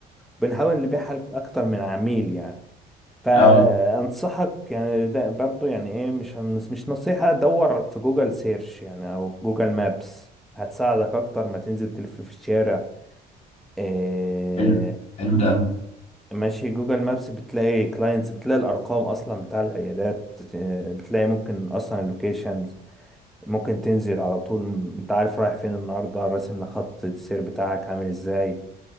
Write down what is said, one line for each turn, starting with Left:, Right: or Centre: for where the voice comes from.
Centre: وبنحاول نبيعها لاكتر من عميل يعني فانصحك
Left: اه
Centre: يعني ده برضو يعني ايه مش مش نصيحه دور في جوجل سيرش يعني او في جوجل مابس هتساعدك اكتر ما تنزل تلف في الشارع إيه
Left: حلو حلو ده قوي
Centre: ماشي جوجل مابس بتلاقي كلاينتس بتلاقي الارقام اصلا بتاع العيادات إيه، بتلاقي ممكن اصلا اللوكيشن ممكن تنزل على طول انت عارف رايح فين النهارده راسم خط السير بتاعك عامل ازاي